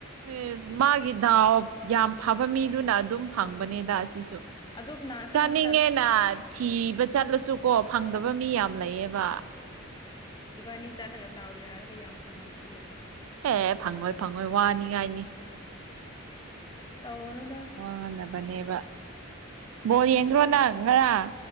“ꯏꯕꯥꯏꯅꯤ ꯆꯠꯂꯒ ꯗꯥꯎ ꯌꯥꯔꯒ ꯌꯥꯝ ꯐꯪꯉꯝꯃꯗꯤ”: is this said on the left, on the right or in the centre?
Left